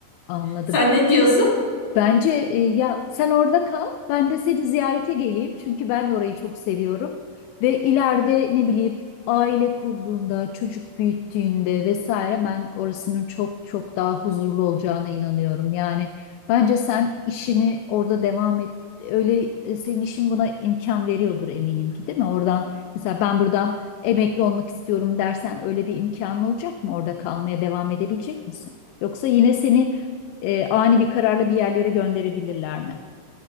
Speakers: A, on the left; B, on the left.
A: anladım.
B: Sen ne diyorsun?
A: Bence e, ya sen orada kal, ben de seni ziyarete geleyim. Çünkü ben de orayı çok seviyorum. Ve ileride ne bileyim aile kurduğunda, çocuk büyüttüğünde vesaire ben orasının çok çok daha huzurlu olacağına inanıyorum. Yani bence sen işini orada devam et. Öyle e, senin işin buna imkan veriyordur eminim ki değil mi? Oradan mesela ben buradan emekli olmak istiyorum dersen öyle bir imkanın olacak mı? Orada kalmaya devam edebilecek misin? Yoksa yine seni e, ani bir kararla bir yerlere gönderebilirler mi?